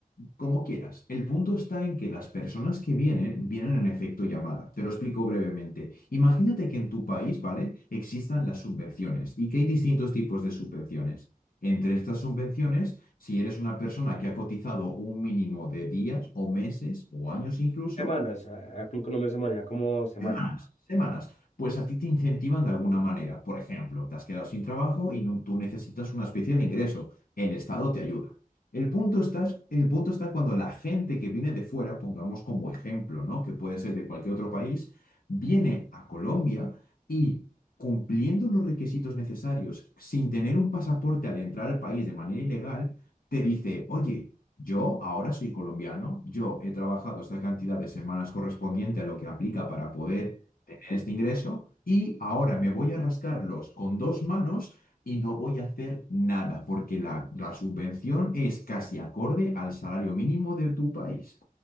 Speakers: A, on the left; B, on the left.
A: como quieras. El punto está en que las personas que vienen, vienen en efecto llamada. Te lo explico brevemente. Imagínate que en tu país, ¿vale? Existan las subvenciones y que hay distintos tipos de subvenciones. Entre estas subvenciones, si eres una persona que ha cotizado un mínimo de días o meses o años incluso,
B: Semanas, a- acá en Colombia se maneja como semanas.
A: Semanas, semanas. Pues a ti te incentivan de alguna manera. Por ejemplo, te has quedado sin trabajo y no- tú necesitas una especie de ingreso. El Estado te ayuda. El punto está, el punto está cuando la gente que viene de fuera, pongamos como ejemplo, ¿no? Que puede ser de cualquier otro país, viene a Colombia y cumpliendo los requisitos necesarios, sin tener un pasaporte al entrar al país de manera ilegal, te dice, oye, yo ahora soy colombiano, yo he trabajado esta cantidad de semanas correspondiente a lo que aplica para poder tener este ingreso y ahora me voy a rascarlos con dos manos y no voy a hacer nada porque la, la subvención es casi acorde al salario mínimo de tu país.